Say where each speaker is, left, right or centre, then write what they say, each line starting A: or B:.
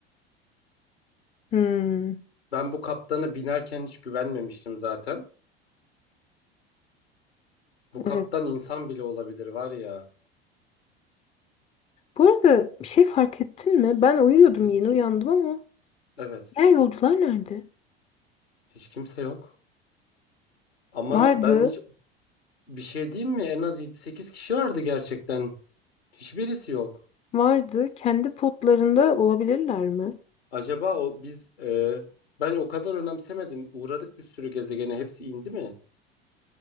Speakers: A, on the left; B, on the left.
A: Hmm,
B: Ben bu kaptana binerken hiç güvenmemiştim zaten. Bu kaptan
A: evet.
B: insan bile olabilir var ya.
A: Bu arada bir şey fark ettin mi? Ben uyuyordum
B: Nedir?
A: yeni uyandım ama
B: Evet.
A: diğer yolcular nerede?
B: Hiç kimse yok. Ama
A: Vardı,
B: ben hiç bir şey diyeyim mi? En az yedi, sekiz kişi vardı gerçekten. Hiçbirisi yok.
A: vardı. Kendi potlarında olabilirler mi?
B: Acaba o biz e, ben o kadar önemsemedim. Uğradık bir sürü gezegene. Hepsi indi mi?